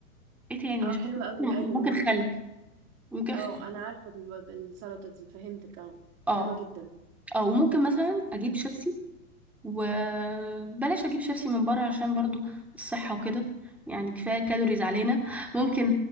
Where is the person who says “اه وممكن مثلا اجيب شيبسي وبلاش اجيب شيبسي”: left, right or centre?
Centre